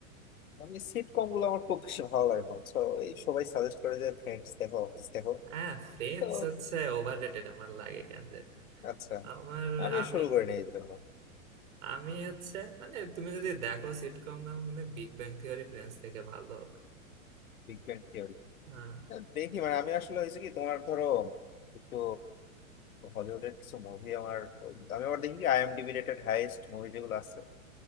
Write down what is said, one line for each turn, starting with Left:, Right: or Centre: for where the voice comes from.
Left: আমি সিটকম গুলো আমার খুব বেশি ভালো লাগে না তো এই সবাই সাজেস্ট করে যে ফ্রেন্ডস দেখো অফিস দেখো
Right: হ্যাঁ ফ্রেন্ডস
Left: তো
Right: হচ্ছে ওভার রেটেড আমার লাগে কেন জানি
Left: আচ্ছা
Right: আমার
Left: আমিও
Right: আমি
Left: শুরু করে নিই এই জন্য
Right: আমি হচ্ছে মানে তুমি যদি দেখো সিটকম না মানে বিগ ব্যাং থিওরি ফ্রেন্ডস থেকে ভালো হবে
Left: বিগ ব্যাং থিওরি
Right: হ্যাঁ
Left: দেখি মানে আমি আসলে হয়েছে কি তোমার ধরো একটু হলিউডের কিছু মুভি আমার ওই- আমি আবার দেখি আইএমডিবি রেটেড হাইয়েস্ট মুভি যেগুলো আছে